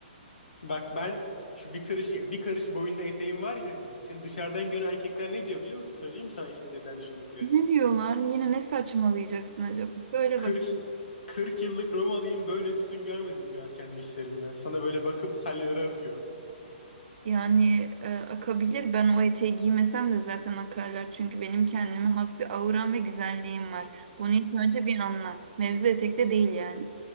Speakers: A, on the left; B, on the right.
A: Bak ben şu bir karış bir karış boyunda eteğim var ya hani. Senin dışarıdan gören erkekler ne diyor biliyor musun? Söyleyeyim mi sana içlerinden düşündüklerini?
B: Ne diyorlar? Yine ne saçmalayacaksın acaba? Söyle
A: Kırk
B: bak.
A: kırk yıllık Romalıyım böyle üstün görmedim diyor kendi işlerinde. Sana böyle bakıp salyaları akıyor.
B: Yani e, akabilir. Ben o eteği giymesem de zaten akarlar. Çünkü benim kendime has bir auram ve güzelliğim var. Bunu ilk önce bir anla. Mevzu etekte değil yani.